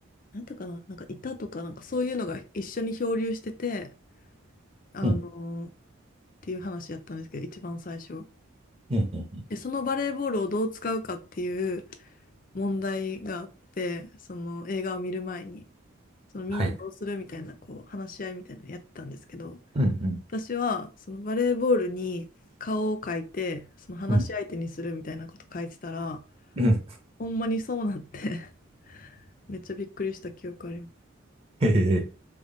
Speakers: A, on the left; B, on the right.
A: なんていうかな、なんかいたとか、なんかそういうのが一緒に漂流してて、あのーっ
B: うん。
A: ていう話やったんですけど、一番最初。
B: うん。うん。
A: で、そのバレーボールをどう使うかっていう問題があって、その映画を見る前に、そのみんなどうするみたいな、
B: はい。
A: こう話し合いみたいなのやってたんですけど、
B: うん。
A: 私はそのバレーボールに顔を描いて、その話し相手にするみたいなこと書いてたら、
B: うん。うん。
A: ほんまにそうなって <laughs> めっちゃびっくりした記憶あり
B: へえ。